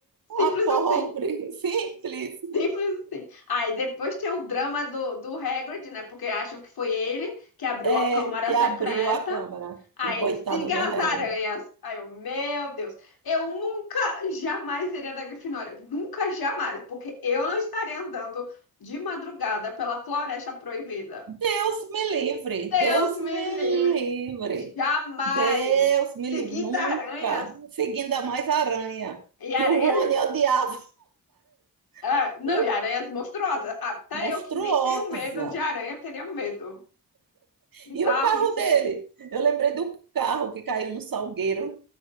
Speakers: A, on the left; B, on the right.
A: Simples
B: a pobre,
A: assim.
B: <laughs> simples.
A: Simples assim. Aí depois tem o drama do, do Hagrid, né? Porque acham que foi ele que abriu
B: É,
A: a câmara
B: que
A: secreta.
B: abriu a câmara,
A: Aí
B: o coitado
A: ele siga
B: do
A: as
B: Hagrid.
A: aranhas. Aí eu, meu Deus, eu nunca, jamais seria da Grifinória. Nunca, jamais. Porque eu não estaria andando de madrugada pela Floresta Proibida.
B: Deus me livre,
A: Deus
B: Deus
A: me
B: me
A: livre.
B: livre,
A: Jamais.
B: Deus me
A: Seguindo
B: livre, nunca.
A: aranhas.
B: Seguindo a mais aranha,
A: E
B: que
A: aranha
B: o Rony odiava.
A: Ah,
B: <laughs>
A: não,
B: O
A: e aranhas monstruosas. Até
B: monstruosa.
A: eu que nem tenho medo de aranha, teria medo. Bizarríssimo.
B: E o carro dele? Eu lembrei do carro que caiu no salgueiro.